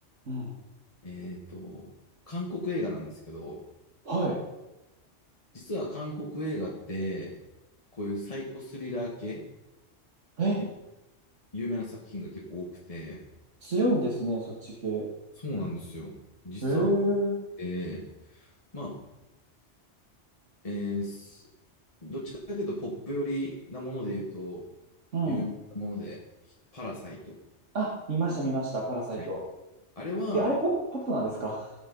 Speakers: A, on the right; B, on the left.
A: うん。
B: えっと、韓国映画なんですけど、
A: はい。
B: 実は韓国映画って、こういうサイコスリラー系、
A: え、
B: ゆ有名な作品が結構多くて、
A: 強いんですね、そっち系。へ
B: そうなんですよ。実は、
A: え。う
B: えーまあ、えーすどっちかというとポップ寄りなもので言うと、
A: ん。
B: 有名なもので、パラサイト。
A: あ、見ました見ました、パラサイト。
B: はいあれは、
A: え、あれポップ、ポップなんですか